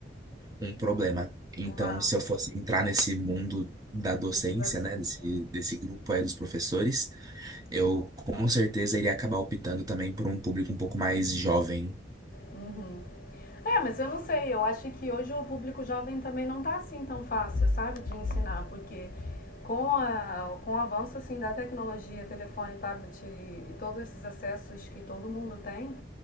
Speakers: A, on the right (about 20°); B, on the left (about 45°).
A: um problema. Então,
B: Uma,
A: se eu fosse entrar nesse mundo da docência,
B: um desafio.
A: né, desse, desse grupo aí dos professores, eu com certeza iria acabar optando também por um público um pouco mais jovem.
B: Uhum. É, mas eu não sei, eu acho que hoje o público jovem também não tá assim tão fácil, sabe, de ensinar, porque com, a, com o avanço assim da tecnologia, telefone, tablet e, e todos esses acessos que todo mundo tem,